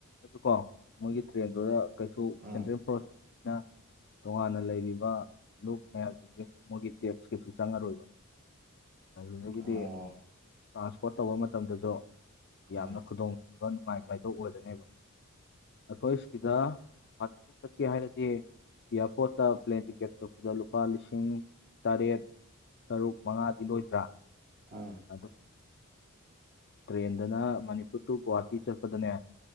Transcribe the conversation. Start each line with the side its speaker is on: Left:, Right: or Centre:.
Left: ꯀꯣ ꯃꯣꯏꯒꯤ ꯇ꯭ꯔꯦꯟꯗꯨꯗ ꯀꯩꯁꯨ
Right: ꯎꯝ
Left: ꯁꯦꯟꯇ꯭ꯔꯦꯜ ꯐꯣꯔꯁꯅ ꯇꯣꯉꯥꯟꯅ ꯂꯩꯔꯤꯕ ꯂꯨꯞ ꯃꯌꯥꯝꯁꯤꯡꯁꯦ ꯃꯣꯏꯒꯤ ꯇꯦꯛꯁ ꯀꯩꯁꯨ ꯆꯪꯉꯔꯣꯏꯕ ꯑꯗꯨꯗꯒꯗꯤ
Right: ꯑꯣ
Left: ꯇ꯭ꯔꯥꯟꯁꯄꯣꯔꯠ ꯇꯧꯕ ꯃꯇꯝꯗꯁꯨ ꯌꯥꯝꯅ
Right: ꯎꯝ
Left: ꯈꯨꯗꯣꯡꯕ ꯊꯤꯕ ꯅꯨꯡꯉꯥꯏꯕ ꯍꯥꯏ ꯑꯣꯏꯔꯅꯦꯕ ꯑꯈꯣꯏ ꯁꯤꯗ ꯒ꯭ꯋꯥꯍꯥꯇꯤ ꯆꯠꯀꯦ ꯍꯥꯏꯔꯗꯤ ꯏꯌꯥꯔꯄꯣꯔꯠꯇ ꯄ꯭ꯂꯦꯟ ꯇꯤꯀꯦꯠ ꯀꯛꯄꯗ ꯂꯨꯄꯥ ꯂꯤꯁꯤꯡ ꯇꯔꯦꯠ ꯇꯔꯨꯛ ꯃꯉꯥꯗꯤ ꯂꯣꯏꯗ꯭ꯔꯥ
Right: ꯑꯥ
Left: ꯑꯗꯨ ꯇ꯭ꯔꯦꯟꯗꯅ ꯃꯅꯤꯄꯨꯔ ꯇꯨ ꯒ꯭ꯋꯥꯍꯥꯇꯤ ꯆꯠꯄꯗꯅꯦ